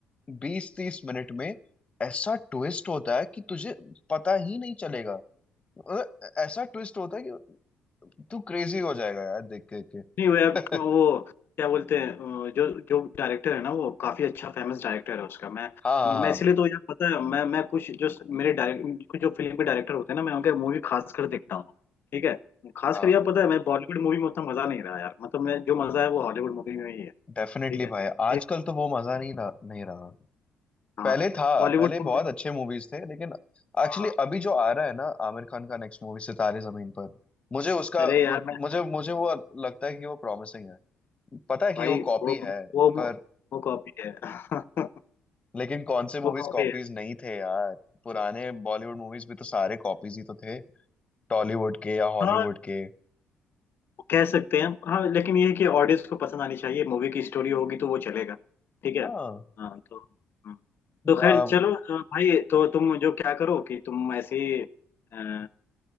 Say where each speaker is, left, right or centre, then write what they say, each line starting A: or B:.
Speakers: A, on the left (about 25°); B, on the left (about 55°).
A: बीस तीस मिनट में ऐसा ट्विस्ट होता है कि तुझे पता ही नहीं चलेगा मतलब ऐसा ट्विस्ट होता है कि तू क्रेजी हो जाएगा यार देख के के
B: नहीं वो यार वो
A: <laughs>
B: क्या बोलते हैं अ, जो जो डायरेक्टर है ना वो काफी अच्छा फेमस डायरेक्टर है उसका मैं
A: हाँ हाँ हाँ
B: मैं इसलिए तो यार पता है मैं मैं कुछ जो मेरे डायरेक्ट कुछ जो फिल्म के डायरेक्टर होते हैं ना मैं उनके मूवी खास कर देखता हूँ ठीक है खास
A: हाँ
B: कर यार पता है मैं बॉलीवुड मूवी में उतना मजा नहीं रहा यार मतलब मैं जो मजा है वो हॉलीवुड मूवी में ही है
A: डेफिनेटली
B: ठीक है
A: भाई आजकल
B: एक-
A: तो वो मजा नहीं रहा नहीं रहा
B: हाँ
A: पहले था
B: बॉलीवुड
A: पहले
B: मूवी
A: बहुत अच्छे मूवीज थे लेकिन एक्चुअली
B: हाँ
A: अभी जो आ रहा है ना आमिर खान का नेक्स्ट मूवी सितारे जमीन पर मुझे उसका
B: अरे यार
A: मत-
B: मैं
A: मुझे मुझे वो लगता है कि वो प्रॉमिसिंग है पता है कि
B: भाई
A: वो कॉपी
B: वो
A: है
B: वो
A: पर
B: वो कॉपी है <laughs>
A: लेकिन कौन से मूवीज
B: वो कॉपी
A: कॉपीज
B: है
A: नहीं थे यार पुराने बॉलीवुड मूवीज भी तो सारे कॉपीज ही तो थे टॉलीवुड के या हॉलीवुड
B: हाँ,
A: के
B: कह सकते हैं हाँ लेकिन ये है कि ऑडियंस को पसंद आनी चाहिए मूवी की स्टोरी होगी तो वो चलेगा ठीक है
A: हाँ
B: हाँ तो हाँ। तो खैर
A: आ,
B: चलो अ, भाई तो तुम जो क्या करो कि तुम ऐसे ही अ,